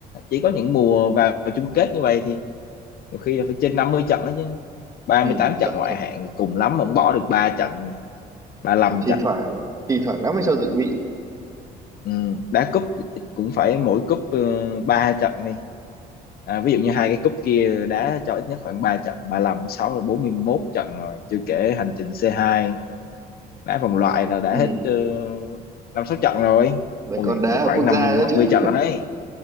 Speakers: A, on the left; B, on the right.
A: chỉ có những mùa vào chung kết như vậy thì nhiều khi là phải trên 50 trận đó chứ ba
B: ừ,
A: mươi tám
B: sợ
A: trận ngoại
B: thật
A: hạng cùng lắm mà bỏ được ba trận ba mươi lăm
B: Còn thi
A: trận
B: thoảng thi thoảng nó mới cho dự bị
A: ừ. đá cúp cũng phải mỗi cúp ừ, ba 3 trận đi à, ví dụ như hai cái cúp kia đá cho ít nhất khoảng ba trận 35 6 là 41 trận rồi chưa kể hành trình c hai đá vòng loại là đã
B: ừ
A: hết ờ, năm sáu trận rồi
B: lại
A: ui
B: còn đá ở
A: khoảng
B: quốc
A: năm
B: gia nữa
A: năm
B: chứ
A: mươi trận rồi đấy